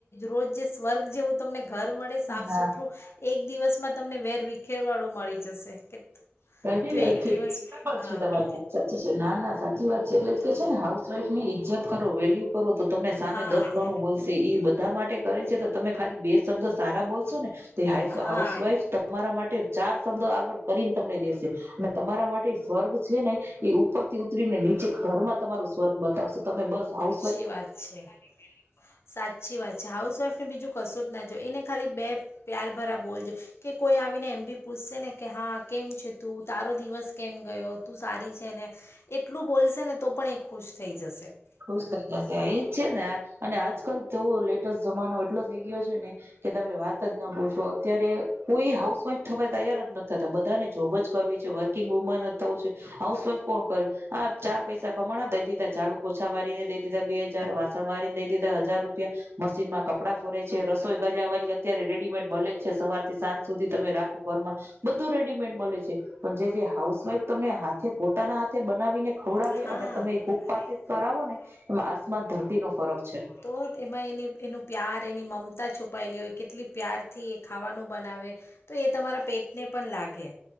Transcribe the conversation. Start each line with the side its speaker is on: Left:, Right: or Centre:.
Left: રોજ જે સ્વર્ગ જે હું તમને ઘર મળે
Right: હા
Left: સાફ સુથરું એક એક દિવસમાં તમને વેર વિખેર વાળું મળી જશે કે
Right: સાચી
Left: જો
Right: વાત
Left: એક
Right: છે,
Left: દિવસ
Right: બરાબર
Left: હા
Right: છે તમારી વાત, સાચી છે, ના ના સાચી વાત છે. એટલેજ
Left: તો
Right: કે છેને હાઉસવાઈફ ની ઈજ્જત કરો, વેલ્યુ કરો, તો તમને સામે
Left: હા
Right: દસ ગણું મળશે. એ બધા માટે કરે છે, તો તમે ખાલી બે શબ્દો સારા બોલશો ને,
Left: હા
Right: હાઉસવાઈફ તમારા માટે ચાર શબ્દો આગળ કરી તમને દેસે અને તમારા માટે સ્વર્ગ છે ને એ ઉપરથી ઉતરીને નીચે ઘરમાં તમારું સ્વર્ગ બતાવશે તમે બસ આવ
Left: સી વાત છે. સાચી વાત છે હાઉસ વાઈફ ને બીજું ક શું જ ના જોઈએ એને ખાલી બે પ્યાર ભરા બોલ જો કે કોઈ આવીને એમ બી પૂછશે ને કે હા કેમ છે તું? તારો દિવસ કેમ ગયો? તું સારી છે ને? એટલું બોલશે ને તો પણ એ ખુશ થઈ જશે.
Right: ખુશ થઈ
Left: એ
Right: જશે એજ છે ને અને આજકાલ તો લેટેસ્ટ જમાનો એટલો થઈ ગયો છે ને કે તમે વાત જ ના પૂછો. અત્યારે કોઈ હાઉસવાઈફ થવા તૈયાર જ નથી થતા બધાને જોબ જ કરવી છે વર્કિંગ વુમન જ થવું છે હાઉસ વાઇફ કોણ કરે આ ચાર પૈસા હમણાં દઈ દીધાં જા પોછાવાળીને દઈ દીધા બે હજાર, વાસણવાળીને દઈ દીધા હજાર રૂપિયા, મશીનમાં કપડા ફરે છે, રસોઈ કરવા વાળી અત્યારે રેડીમેડ મળે જ છે સવાર થી સાંજ સુધી તમે રાખો ઘરમાં બધું રેડીમેડ મળે છે. પણ જે જે હાઉસવાઇફ તમને હાથે પોતાના હાથે બનાવીને ખવડાવે
Left: શકો
Right: અને તમે કૂક પાસે
Left: ઉત્પાદિત
Right: કરાવોને એમાં આસમાન ધરતી નો ફરક છે.
Left: તો એમાં એની એનું પ્યાર એની મમતા છુપાયેલી હોય કેટલી પ્યારથી એ ખાવાનું બનાવે તો એ તમારા પેટને પણ લાગે.